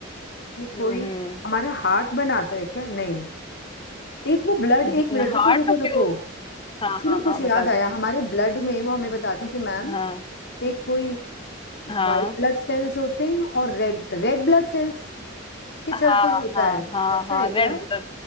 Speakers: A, on the left; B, on the left.
A: ये
B: हम्म
A: कोई हमारा हार्ट बनाता है क्या नहीं एक वो ब्लड
B: हम्म।
A: एक मिनट रुको
B: हार्ट
A: रुको
B: तो प्योर
A: रुको
B: हाँ
A: सुनो
B: हाँ
A: कुछ
B: हाँ
A: याद
B: बता दो
A: आया हमारे ब्लड में वो हमें बताती थी मैम
B: हाँ
A: एक कोई
B: हाँ
A: व्हाइट ब्लड सेल्स होते हैं और रेड रेड ब्लड सेल्स के चलते
B: हाँ
A: होता
B: हाँ
A: है
B: हाँ
A: ऐसा
B: हाँ
A: है क्या
B: रेड ब्लड